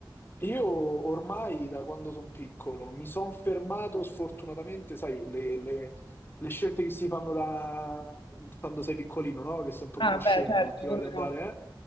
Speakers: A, on the left (about 25°); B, on the left (about 80°).
A: io ormai da quando sono piccolo mi sono fermato, sfortunatamente, sai, le, le- le scelte che si fanno da quando sei piccolino, no? Che sei un pochino
B: Ah,
A: scemo,
B: beh, certo,
A: non ti va
B: come
A: di andare,
B: no.